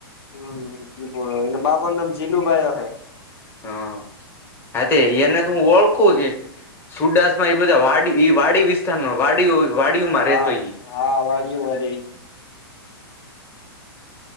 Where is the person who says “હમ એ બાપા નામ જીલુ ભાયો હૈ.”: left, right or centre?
Left